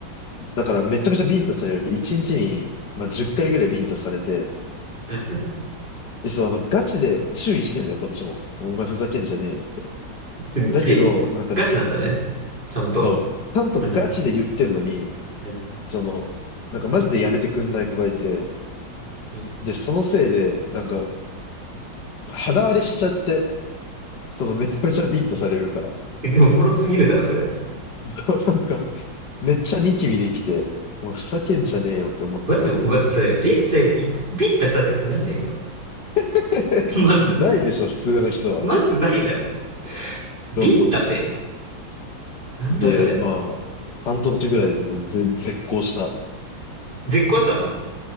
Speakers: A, on the left; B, on the right.
A: だからめちゃめちゃビンタされるわけ。一日にちに、まあ、10回ぐらいビンタされて、
B: うん
A: で、そう、あの、ガチで注意してんだよ、こっちも。お前ふざけんじゃねえよって。
B: ガチ、
A: だけど、なんか、
B: ガチなんだね。ちゃんと。
A: そう、ちゃんとガチで言ってんのに、
B: うん。うん。
A: その、なんかマジでやめてくんない子がいて、
B: うん
A: で、そのせいで、なんか、肌荒れしちゃって、そのめちゃめちゃビンタされるから。
B: でも、おもろすぎるだろ、それ。
A: <laughs> そう、なんか、めっちゃニキビできて、もうふざけんじゃねえよって思ってたんだけど。
B: 待って、僕、まずさ、人生で一回ビンタされたことないんだけど。
A: <laughs>
B: <laughs> まず、
A: ないでしょ、普通の人は。
B: まずないだろう。ビンタって。
A: そうそうそ
B: なんだそれ。
A: う。で、まあ、半年ぐらいでもうぜ絶交した。
B: 絶交したの